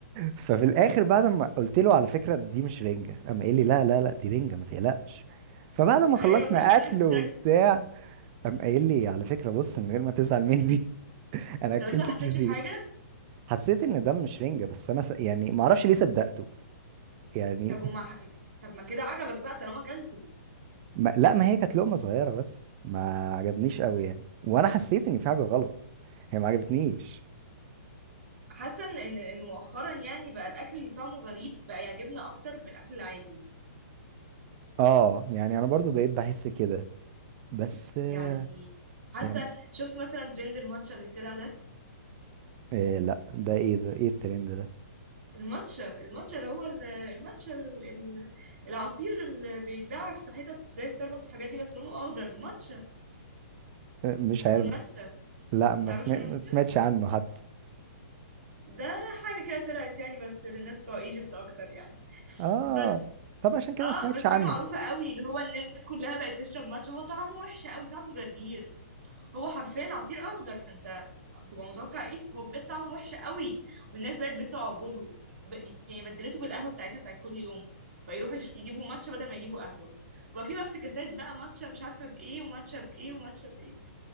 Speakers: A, on the right; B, on the right.
A: ففي الاخر بعد ما قلت له على فكرة دي مش رنجة قام قايل لي لا لا لا دي رنجة ما تقلقش فبعد ما
B: ايوه
A: خلصنا
B: مفيش فرق
A: اكل
B: في الشكل
A: وبتاع قام قايل لي على فكرة بص من غير ما تزعل مني <laughs> أنا أكلتك
B: طب انت ما حسيتش
A: فسيخ
B: بحاجه
A: حسيت إن ده مش رنجة بس أنا س... يعني ما أعرفش ليه صدقته يعني
B: طب وما طب ما كده عجبك بقى طالما اكلته
A: ما... لا ما هي كانت لقمة صغيرة بس ما عجبنيش قوي يعني وأنا حسيت إن في حاجة غلط هي ما عجبتنيش
B: حاسه ان ان إن مؤخرا يعني بقى الاكل اللي طعمه غريب بقى يعجبنا اكتر من الاكل العادي
A: آه يعني أنا برضو بقيت بحس كده بس آه،
B: يعني حاسه
A: يعني
B: شفت مثلا ترند الماتشا اللي طلع ده
A: إيه لا ده إيه ده إيه الترند ده
B: الماتشا الماتشا اللي هو ال- الماتشا ال- ال- العصير اللي بيتباع في حتت زي ستاربكس والحاجات دي بس لونه اخضر الماتشا
A: آه، مش عارف
B: او الماتشا
A: لا ما,
B: ما تعرفش
A: سمع...
B: الماتشا
A: ما سمعتش عنه حتى
B: ده حاجه كده طلعت يعني بس للناس بتوع ايجيبت اكتر يعني
A: آه
B: بس
A: طب عشان كده
B: اه
A: ما سمعتش
B: بس
A: عنه
B: حاجه معروفه قوي اللي هو الناس كلها بقت تشرب ماتشا هو طعمه وحش قوي طعمه جرجير هو حرفيا عصير اخضر فانت بتبقى متوقع ايه هو بجد طعمه وحش قوي والناس بقت بتعبده ب... يعني بدلته بالقهوه بتاعتها بتاعت كل يوم بقى يروحوا يش- يجيبوا ماتشا بدل ما يجيبوا قهوه وبقى في بقى افتكاسات بقى ماتشا مش عارفه بايه وماتشا بايه وماتشا بايه